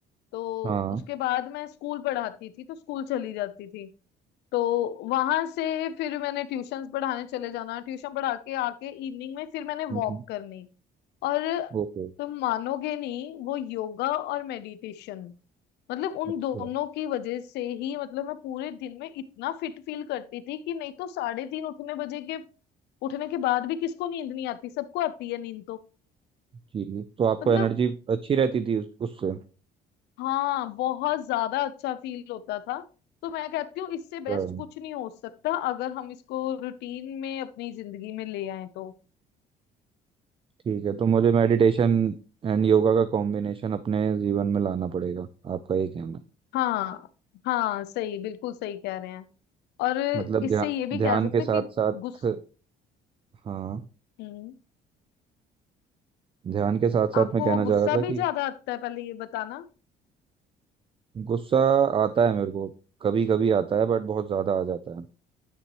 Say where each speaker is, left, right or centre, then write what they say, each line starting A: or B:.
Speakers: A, on the left (about 80°); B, on the right (about 30°).
A: तो
B: हाँ
A: उसके बाद मैं स्कूल पढ़ाती थी तो स्कूल चली जाती थी तो वहां से फिर मैंने ट्यूशंस पढ़ाने चले जाना ट्यूशन पढ़ा के आके इवनिंग में फिर मैंने
B: हम्म,
A: वॉक करनी और
B: ओके
A: तुम मानोगे नहीं वो योगा और मेडिटेशन मतलब उन
B: अच्छा
A: दोनों की वजह से ही मतलब मैं पूरे दिन में इतना फिट फील करती थी कि नहीं तो साढ़े तीन उठने बजे के उठने के बाद भी किसको नींद नहीं आती सबको आती है नींद तो
B: जी तो आपको
A: मतलब
B: एनर्जी अच्छी रहती थी उस- उससे
A: हाँ बहुत ज्यादा अच्छा फील होता था तो मैं कहती हूँ इससे बेस्ट
B: हाँ,
A: कुछ नहीं हो सकता अगर हम इसको रूटीन में अपनी जिंदगी में ले आए तो
B: ठीक है तो मुझे मेडिटेशन एंड योगा का कॉम्बिनेशन अपने जीवन में लाना पड़ेगा आपका ये कहना
A: हाँ हाँ सही बिल्कुल सही कह रहे हैं और
B: मतलब
A: इससे
B: ध्यान
A: ये भी
B: ध्यान
A: कह सकते
B: के साथ
A: हैं कि
B: साथ
A: गुस्स
B: हाँ
A: हम्म,
B: ध्यान के साथ साथ
A: आपको
B: मैं कहना चाह
A: गुस्सा
B: रहा था कि
A: भी ज्यादा आता है पहले ये बताना
B: गुस्सा आता है मेरे को कभी कभी आता है बट बहुत ज्यादा आ जाता है